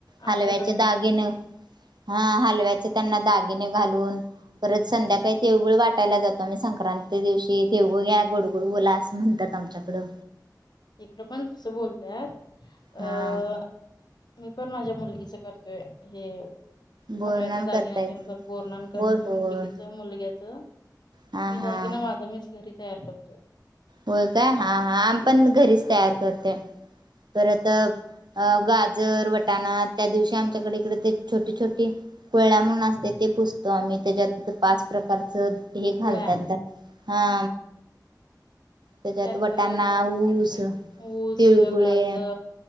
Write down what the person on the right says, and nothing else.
हलव्याचे
दागिने, हा हलव्याचे त्यांना दागिने घालून, परत संध्याकाळी
तिळगुळ वाटायला जातो, आम्ही संक्रांतीच्या दिवशी तिळगुळ घ्या गडगोड बोला असं म्हणतात आमच्याकडं
हा
बोरनान
करताय
होय होय
हा
हा
होय काय, हा हा, आम पण घरीच तयार करते अआ, गाजर वटाणा त्या दिवशी आमच्याकडे इकडे ते, छोटी छोटी कोळा म्हणून
असते ते, पुसतो आम्ही त्याच्यात पाच प्रकारच हे घालतात
हा त्याच्यात,
वटाणा
ऊस
तिळगुळे